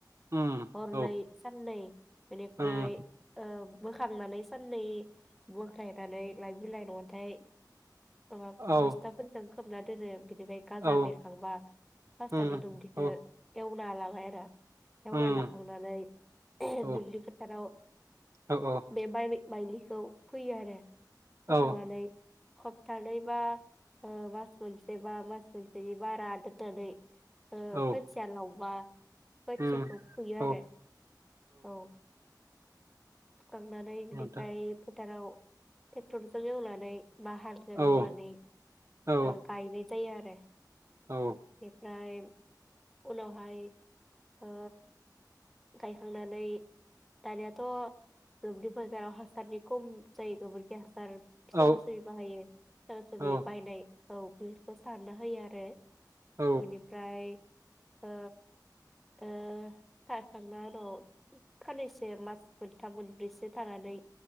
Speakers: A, on the right; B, in the centre.
A: उम
B: हरनै
A: औ
B: साननै बेनिफ्राय
A: उम
B: ओ बोखांनानै साननै बोखायनानै लाइ बिलाइ नङाथाय माबा
A: औ
B: बसथाफोर जों। खोबना दोनो बि निफ्राय गाजा
A: औ
B: बेरखांबा फास्ट
A: उम
B: आवनो दुब्लिखो
A: औ
B: एव <unintelligible> बार रा एवना
A: उम
B: लाखांनानै
A: औ
B: दुब्लि फोथाराव
A: औ औ
B: बेबाइरि माइलिखौ फैयो आरो फोखांनानै
A: औ
B: हप्थानैबा ओ मास मोनसे बा मास मोनसेनि बारा दोन नानै ओ
A: औ
B: खोथिया लावबा खोथियाखौ
A: उम
B: फोयो
A: औ
B: आरो औ फुखांनानै बिनिफ्राय
A: नोंथां
B: फोथाराव ट्रेक्टरजों एवनानै बा हालजों
A: औ
B: एवनानै
A: औ
B: ओ गायनाय जायो आरो
A: औ
B: ओमफ्राय उनावहाय ओ गायखांनानै दानियाथ' दुब्लि फोथाराव हासारनि खम जायो गोबोरखि हासार
A: औ
B: सोरबा सोरबि बाहायो सोरबा सोरबि
A: औ
B: बायनाय औ बे बे खौ सारना होयो आरो
A: औ
B: बेनिफ्राय ओ ओ सारखांना उनाव खाननैसे मास मोनथाम मोनब्रैसो थानानै